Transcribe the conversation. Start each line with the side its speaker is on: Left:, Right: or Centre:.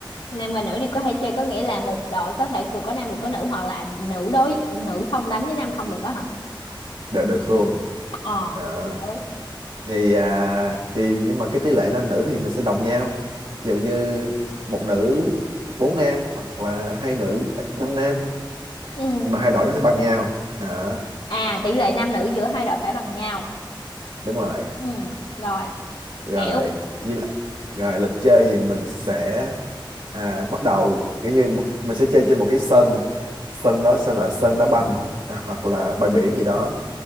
Left: nam và nữ đi có thể chơi có nghĩa là một đội có thể vừa có nam vừa có nữ hoặc là nữ đối nữ không đánh với nam không được đó hả
Right: đều được luôn
Left: ờ
Right: Ờ,
Left: hiểu
Right: thì à, thì nhưng mà cái tỷ lệ nam nữ thì mình sẽ đồng nhau ví dụ như một nữ bốn nam hoặc là hai nữ bảy- năm nam
Left: ừ
Right: nhưng mà hai đội nó sẽ bằng nhau đó
Left: à tỷ lệ nam nữ giữa hai đội phải bằng nhau
Right: đúng rồi
Left: ừ rồi
Right: rồi
Left: hiểu
Right: như là rồi lịch chơi thì mình sẽ à, bắt đầu kiểu như một, mình sẽ chơi trên một cái sân sân đó sẽ là sân đá banh à, hoặc là bãi biển gì đó